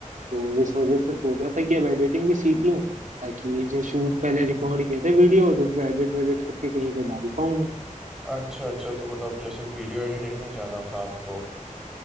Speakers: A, on the right; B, in the centre.
A: तो इस वजह से सोचा था कि अब एडिटिंग भी सीख लूं ताकि ये जो शूट पहले रिकॉर्ड किए थे वीडियोस उनको एडिट वेडिट करके कहीं पे डाल पाऊं मैं
B: अच्छा अच्छा तो मतलब जैसे वीडियो एडिटिंग में जाना था आपको